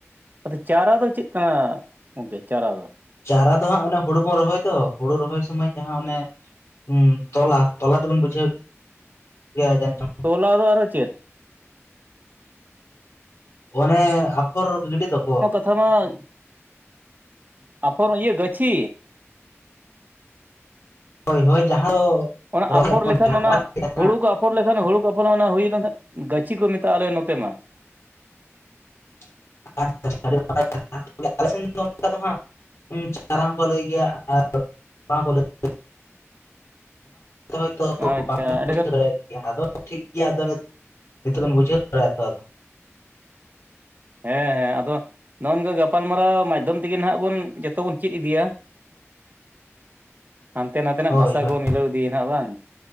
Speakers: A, on the right (about 35°); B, on the left (about 65°).
A: ᱟᱫᱚ ᱪᱟᱨᱟ ᱫᱚ ᱪᱮᱫ ᱠᱟᱱᱟ ᱜᱚᱝᱠᱮ ᱪᱟᱨᱟ ᱫᱚ?
B: ᱪᱟᱨᱟ ᱫᱚ ᱦᱟᱸᱜ ᱚᱱᱮ ᱦᱩᱲᱩ ᱵᱚᱱ ᱨᱚᱦᱚᱭ ᱫᱚ, ᱦᱩᱲᱩ ᱨᱚᱦᱚᱭ ᱥᱚᱢᱚᱭ ᱡᱟᱦᱟᱸ ᱚᱱᱮ ᱦᱩᱸ ᱛᱚᱞᱟ, ᱛᱚᱞᱟ ᱫᱚ ᱵᱮᱱ ᱵᱩᱡᱷᱟᱹᱣ ᱜᱮᱭᱟ ᱡᱟᱹᱱᱤᱡ ᱪᱚᱝ ᱾
A: ᱛᱚᱞᱟ ᱫᱚ ᱟᱨᱦᱚ ᱪᱮᱫ?
B: ᱚᱱᱮ ᱟᱯᱷᱚᱨ ᱜᱤᱰᱤ ᱫᱚᱠᱚ ᱾
A: <unintelligible> ᱟᱯᱷᱚᱨ ᱤᱭᱟᱹ ᱜᱟᱹᱪᱷᱤ?
B: ᱦᱳᱭ ᱦᱳᱭ, ᱡᱟᱦᱟᱸ ᱫᱚ
A: ᱚᱱᱟ
B: ᱨᱚᱦᱚᱭ
A: ᱟᱯᱷᱚᱨ
B: ᱟᱵᱚᱱ
A: ᱞᱮᱠᱷᱟᱱ
B: ᱡᱟᱦᱟᱸ᱾
A: ᱚᱱᱟ ᱦᱩᱲᱩ ᱠᱚ ᱟᱯᱷᱚᱨ ᱞᱮᱠᱷᱟᱱ ᱦᱩᱲᱩ ᱠᱚ ᱟᱯᱷᱚᱨ ᱚᱱᱟ ᱦᱩᱭ ᱞᱮᱱᱠᱷᱟᱱ ᱜᱟᱹᱪᱷᱤ ᱠᱚ ᱢᱮᱛᱟᱜ ᱟᱞᱮ ᱱᱚᱛᱮ ᱢᱟ ᱾ <inaudible>
B: <unintelligible> ᱟᱞᱮ ᱥᱮᱱ ᱫᱚ ᱚᱱᱠᱟ ᱫᱚ ᱦᱟᱸᱜ ᱪᱟᱨᱟ ᱦᱚᱸᱠᱚ ᱞᱟᱹᱭ ᱜᱮᱭᱟ ᱟᱨ <unintelligible> ᱛᱚ ᱦᱳᱭᱛᱚ
A: ᱟᱪᱪᱷᱟ
B: ᱵᱟᱢ
A: ᱮᱸᱰᱮᱠᱷᱟᱱ
B: ᱵᱩᱡᱷᱟᱹᱣ <unintelligible> ᱟᱫᱚ ᱴᱷᱤᱠ ᱜᱮᱭᱟ ᱾ ᱟᱫᱚ ᱱᱤᱛᱚᱜ ᱵᱤᱱ ᱵᱩᱡᱷᱟᱹᱣ ᱫᱟᱲᱮᱭᱟᱜ-ᱟ ᱛᱚ ᱟᱫᱚ ᱾
A: ᱦᱮᱸ ᱦᱮᱸ ᱟᱫᱚ ᱱᱚᱜᱼ ᱱᱚᱝᱠᱟ ᱜᱟᱯᱟᱞᱢᱟᱨᱟᱣ ᱢᱟᱫᱽᱫᱷᱚᱢ ᱛᱮᱜᱮ ᱱᱟᱜ ᱵᱚᱱ ᱡᱚᱛᱚ ᱵᱚᱱ ᱪᱮᱫ ᱤᱫᱤᱭᱟ ᱦᱟᱱᱛᱮ ᱱᱟᱛᱮᱱᱟᱜ
B: ᱦᱳᱭ
A: ᱵᱷᱟᱥᱟ
B: ᱦᱳᱭ
A: ᱠᱚ ᱢᱤᱞᱟᱹᱣ ᱤᱫᱤᱭᱮᱱᱟ ᱵᱟᱝ